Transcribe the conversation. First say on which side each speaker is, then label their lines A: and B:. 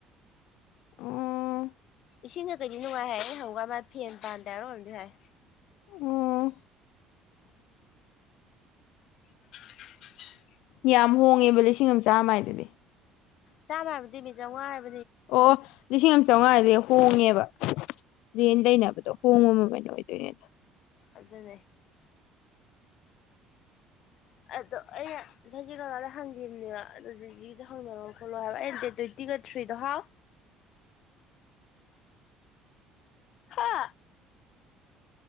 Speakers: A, on the left; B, on the left.
A: ꯎꯡꯡ
B: ꯏꯁꯤꯡ ꯀꯩ ꯀꯩꯗꯤ ꯅꯨꯡꯉꯥꯏ ꯍꯥꯏꯌꯦ ꯑꯩ ꯍꯪꯉꯨꯀꯥꯟ ꯃꯥ ꯐꯦꯟ ꯄꯥꯟꯗꯦ ꯍꯥꯏꯕ꯭ꯔ ꯀꯩꯅꫭꯝꯗꯤ ꯍꯥꯏ <inaudible>
A: ꯑꯣ
B: <inaudible>
A: ꯌꯥꯝ ꯍꯣꯡꯉꯦꯕ ꯂꯤꯁꯤꯡ ꯑꯃ ꯆꯥꯝꯃꯥꯏꯗꯨꯗꯤ
B: ꯆꯥꯝꯃ ꯍꯥꯏꯕꯅꯇꯃꯤ ꯆꯧꯉꯥ ꯍꯥꯏꯕ
A: ꯑꯣ ꯂꯤꯁꯤꯡ ꯑꯃ ꯆꯧꯉꯥꯗꯤ ꯍꯣꯡꯉꯦꯕ ꯔꯦꯟ ꯂꯩꯕꯗꯣ ꯍꯣꯡꯕ ꯃꯃꯟ ꯑꯣꯏꯗꯣꯏꯅꯦ
B: ꯑꯗꯨꯅꯦ ꯑꯗꯣ ꯑꯩꯅ <unintelligible> ꯍꯪꯒꯤꯝꯅꯦꯕ ꯑꯗꯨꯗꯒꯤ ꯗ ꯍꯪꯅꯔꫭ ꯈꫭꯠꯂꫭ ꯍꯥꯏꯕ ꯑꯩꯅ ꯗꯦꯠ ꯇ꯭ꯋꯦꯟꯇꯤ ꯇꯤꯒꯊ꯭ꯔꯤꯗꯨ ꯍꯥꯎ ꯍꯥ